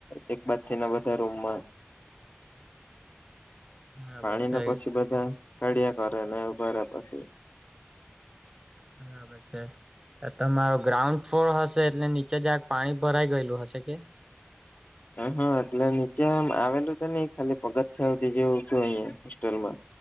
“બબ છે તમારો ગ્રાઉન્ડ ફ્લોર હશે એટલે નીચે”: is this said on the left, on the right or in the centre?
Right